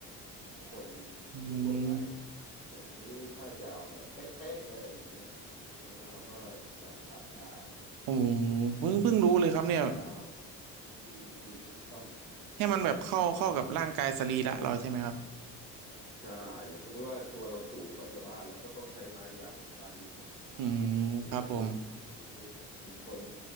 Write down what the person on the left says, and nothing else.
ของคน
ทั่วๆไป
แต่ทีนี้ถ้าจะเอาแบบเป๊ะๆเลยอย่างเงี้ยใช่ไหมเราก็สั่งตัดได้หรือว่าเราอาจจะ
สั้นยาวมีมีคัสตอม
อืมอย่างใช่อย่างสมมุติว่าตัวเราสูงกว่าชาวบ้านเราก็ต้องใช้ไม้ยาวกว่าชาวบ้านนิดนึงใช่ไหม
หรือหรือบางคน